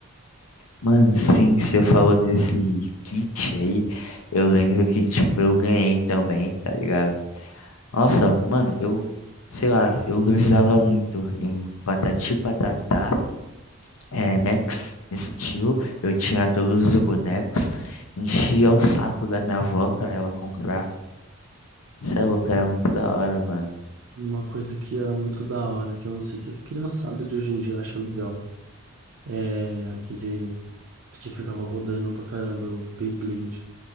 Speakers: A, on the left; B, on the right.
A: Mano, sim, você falou desse kit aí, eu lembro que, tipo, eu ganhei também, tá ligado? Nossa, mano, eu, sei lá, eu grisava muito em Patati e Patatá. é, Max Steel, eu tinha todos os bonecos, enchia o saco da minha avó pra ela comprar. Cê é louco, era muito da hora, mano.
B: Uma coisa que era muito da hora, que eu não sei se as criançadas de hoje em dia acham legal. É, aquele que ficava rodando pra caramba, o Beyblade.